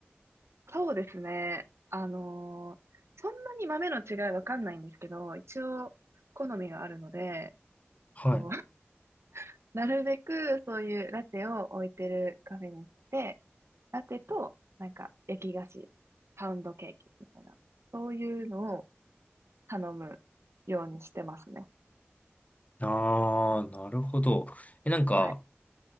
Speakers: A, on the right (about 75°); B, on the left (about 35°).
A: そうですね。あの、そんなに豆の違いわかんないんですけど、一応、好みがあるので、
B: はい。
A: こう、<laughs> なるべくそういうラテを置いてるカフェに行って、ラテと、なんか、焼き菓子、パウンドケーキみたいな、そういうのを頼むようにしてますね。
B: ああ、なるほど。え、なんか、
A: はい。